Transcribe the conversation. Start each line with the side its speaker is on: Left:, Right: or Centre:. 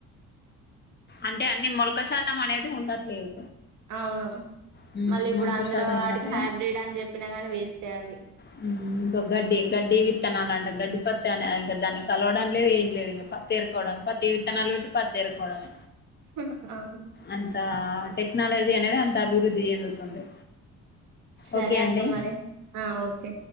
Left: అంటే అన్ని మొలక శాతం అనేది ఉండట్లేదు.
Right: అవును
Left: హ్మ్
Right: మళ్ళీ ఇప్పుడు
Left: మొలక
Right: అందులో
Left: శాతం
Right: వాటికి
Left: ఉండక
Right: హైబ్రిడ్ అని చెప్పినా కానీ వేస్టే అవి.
Left: హ్ ఇంకా గడ్డి గడ్డి విత్తనాలంట గడ్డి పత్తి అనే ఇంకా దాన్ని కలవడం లేదు ఏం లేదు ఇగ పత్తి రుకోవడమే పత్తి విత్తనాలు పెట్టి పత్తి ఎరుకోవడమే.
Right: హ్ అవును.
Left: అంత టెక్నాలజీ అనేది అంత అభివృద్ధి చెందుతుంది.
Right: సరే
Left: ఓకే
Right: అక్క
Left: అండి
Right: మరి ఆ ఓకే.